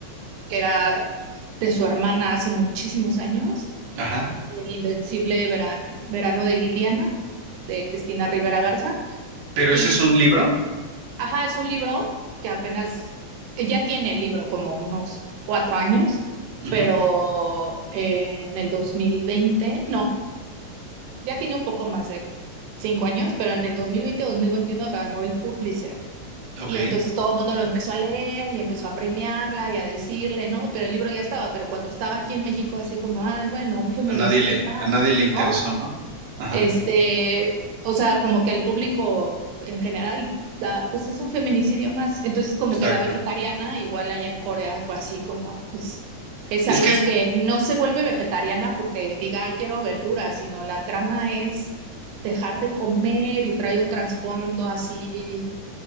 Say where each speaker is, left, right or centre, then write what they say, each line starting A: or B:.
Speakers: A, on the right; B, on the right.
A: que era de su hermana hace muchísimos años,
B: ajá.
A: que es el invencible Vera- verano de Liliana, de Cristina Rivera Garza.
B: Pero
A: Y,
B: ese es un libro.
A: ajá, es un libro que apenas, ya tiene el libro como unos cuatro años,
B: Ujú,
A: pero eh, en el 2020 no. ya tiene un poco más de cinco años, pero en el dos dos mil veinte mil veintiuno ganó el Pulitzer.
B: Ok,
A: Y entonces todo el mundo lo empezó a leer y empezó a premiarla y a decirle, ¿no? Pero el libro ya estaba, pero cuando estaba aquí en México, así como, ay, bueno, un feminicidio
B: a nadie le,
A: más,
B: a nadie le interesó,
A: ¿no?
B: ¿no? Ajá,
A: Este, o sea, como que al público en general da, pues es un feminicidio más. Entonces, como
B: exacto.
A: que la vegetariana, igual allá en Corea, fue así como, pues, es
B: Es
A: alguien
B: que es-
A: que no se vuelve vegetariana porque diga, "Ay, quiero verduras, sino la trama es dejar de comer y trae un trasfondo así